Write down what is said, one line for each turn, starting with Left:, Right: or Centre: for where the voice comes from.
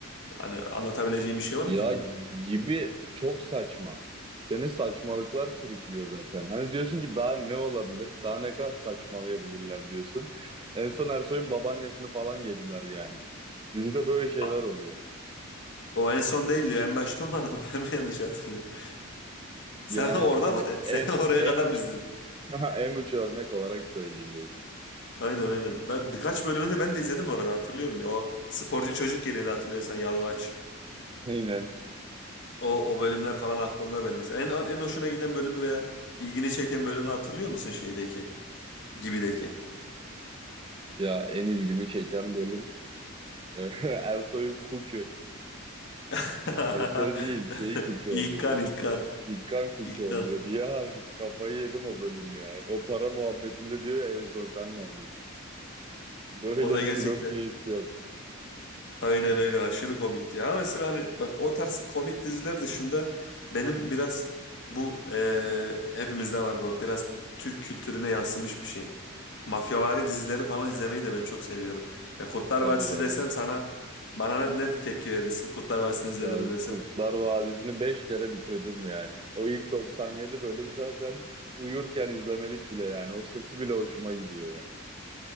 Left: Hani anlatabileceğim bir şey var
Right: Ya
Left: mı gibinin?
Right: gibi çok saçma. Seni saçmalıklar sürüklüyor zaten. Hani diyorsun ki daha ne olabilir? Daha ne kadar saçmalayabilirler diyorsun. En son Ersoy'un babaannesini falan yediler yani. Dizide böyle şeyler
Left: A-
Right: oluyor.
Left: O en son değil diyor. En başta olmadı mı? <laughs> Ben mi yanlış hatırlıyorum? Sen
Right: Yani
Left: orada
Right: hani
Left: mı? <laughs>
Right: en
Left: Sen oraya
Right: en
Left: kadar
Right: uç
Left: mı izledin?
Right: <laughs> en uç örnek olarak söyleyeyim
Left: Aynen aynen. Ben birkaç bölümünü ben de izledim orada hatırlıyorum ya. O sporcu çocuk geliyordu hatırlıyorsan Yalvaç.
Right: Aynen.
Left: O o bölümler falan aklımda benim mesela. En en hoşuna giden bölümü veya ilgini çeken bölümü hatırlıyor musun şeydeki? Gibideki.
Right: Ya en ilgimi çeken bölüm <laughs> Ersoy'un Kuki.
Left: <laughs>
Right: Ersoy değil şeyi Kuki
Left: İlkan
Right: oluyordu.
Left: İlkan
Right: Dikkan Kuki
Left: İlkan.
Right: oluyordu. Ya kafayı yedim o bölüm ya. O para muhabbetinde diyor ya en son sen vereceksin. Böyle
Left: Orada
Right: bir
Left: gerçekten
Right: pilot twist yok.
Left: Aynen öyle aşırı komikti ya. Ama mesela hani bak o tarz komik diziler dışında benim biraz bu eee, hepimizde var bu biraz Türk kültürüne yansımış bir şey. Mafyavari dizileri falan izlemeyi de ben çok seviyorum. Ya Kurtlar
Right: Tabii
Left: Vadisi
Right: canım.
Left: desem sana bana ne, ne tepki verirsin? Kurtlar Vadisi'ni izledin
Right: Ya
Left: mi desem?
Right: Kurtlar Vadisi'ni 5 kere bitirdim yani. O ilk 97 bölüm zaten uyurken izlemelik bile yani. O sesi bile hoşuma gidiyor ya.